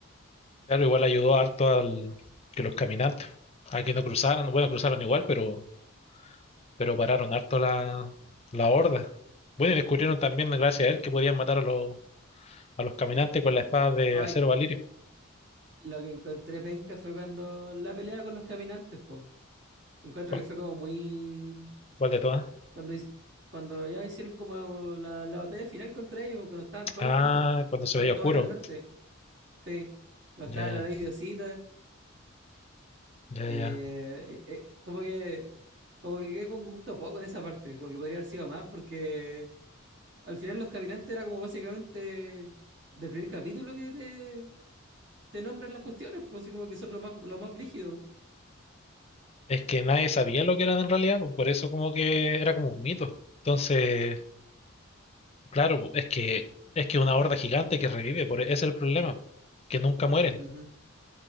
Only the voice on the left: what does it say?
claro, igual ayudó harto al que los caminantes, a que no cruzaran, bueno, cruzaron igual, pero, pero pararon harto la, la horda. Bueno, y descubrieron también, gracias a él, que podían matar a los, a los caminantes
con la espada de
acero Valirio.
¿Cuál,
cuál de todas?
Ah,
cuando
se veía
oscuro.
Ya,
ya,
ya.
Es que nadie sabía lo que eran en realidad, pues por eso como que era como un mito. Entonces, claro, pues, es que es que una horda gigante que revive, por e, ese es el problema, que nunca mueren.